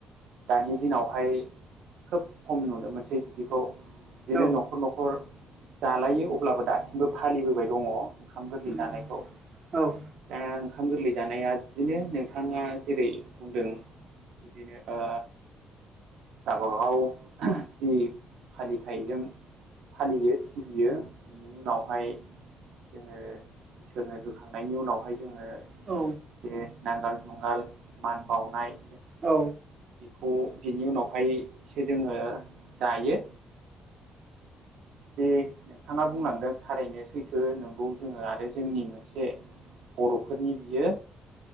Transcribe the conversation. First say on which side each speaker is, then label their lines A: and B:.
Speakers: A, on the right; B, on the right.
A: दानि दिनावहाय खोब खम नुनो मोनसै बिदिखौ। बिदिनो
B: औ
A: न'खर न'खर जालायो अब्लाबो दासिमबो फालिबोबाय दङ। ओंखाम गोरलै
B: नंगौ
A: जानायखौ
B: औ
A: दा ओंखाम गोरलै जानाया बिदिनो नों थाङा जेरै बुंदों बिदिनो ओ गाबागाव जि फालिथाइजों फालियो सिबियो बिनि उनावहाय जोङो इसोरनो होखांनायनि उनावहाय जोङो
B: औ
A: जे नांगोल जुंगाल मान बावनाय
B: औ
A: बेखौ बिनि उनावहायसो जोङो जायो। जे नोंथाङा बुंलांदों थारैनो सैथो नोंगौ जोङो आरो जोंनि मोनसे बर'फोरनि बियो